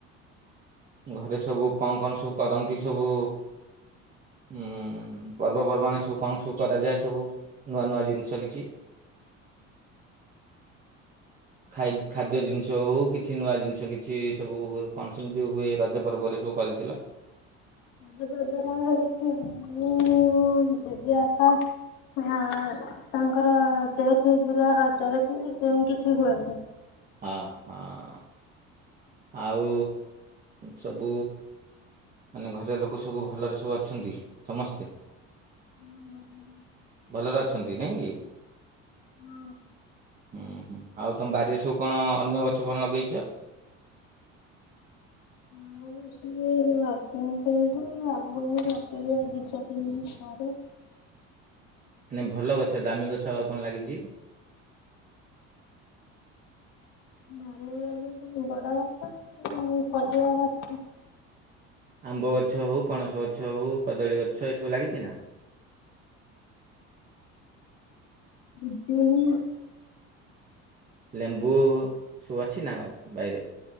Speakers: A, on the right; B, on the left.
A: ଘରେ ସବୁ କଣ କଣ ସବୁ କରନ୍ତି ସବୁ ଉୁଁ ପର୍ବପର୍ବାଣି ସବୁ କଣ ସବୁ କରାଯାଏ ସବୁ ନୂଆ ନୂଆ ଜିନିଷ କିଛି? ଖାଇ ଖାଦ୍ୟ ଜିନିଷ ହଉ କିଛି ନୂଆ ଜିନିଷ କି କିଛି ସବୁ ହୁଏ କଣ ସେମିତି ହୁଏ। ରଜ ପର୍ବରେ ସବୁ କରିଥିଲ?
B: <unintelligible> ଆମର କିଛି ମୁଁ ଜୁଲିଆ ଅପା ହଁ ତାଙ୍କର ଯେହେତୁ ଏଥର ରଜରେ <unintelligible> କିଛି ହୁଏ।
A: ହଁ ହଁ। ଆଉ ସବୁ ମାନେ ଘରେ ଲୋକ ସବୁ ଭଲରେ ସବୁ ଅଛନ୍ତି ସମସ୍ତେ
B: <inaudible>
A: ଭଲରେ ଅଛନ୍ତି ନାଇଁ କି?
B: ହଁ।
A: ହୁଁ ହୁଁ ଆଉ ତୁମ ବାରିରେ ସବୁ କଣ ଅନ୍ୟ ଗଛ କଣ ଲଗେଇଛ?
B: <unintelligible> ଲଗେଇବା ର ଦିଇ ଚାରି ଦିନ ଥରେ
A: ନାଇଁ ଭଲ ଗଛ ଦାମୀ ଗଛ ଆଉ କଣ ଲାଗିଛି?
B: <unintelligible> ବଡ଼ ଗଛ <unintelligible> ଗଛ।
A: ଆମ୍ବ ଗଛ ହୋଉ ପଣସ ଗଛ ହୋଉ କଦଳୀ ଗଛ ଏସବୁ ଲାଗିଛି ନା?
B: ପିଜୁଳି
A: ଲେମ୍ବୁ ସବୁ ଅଛି ନା ବାଇରେ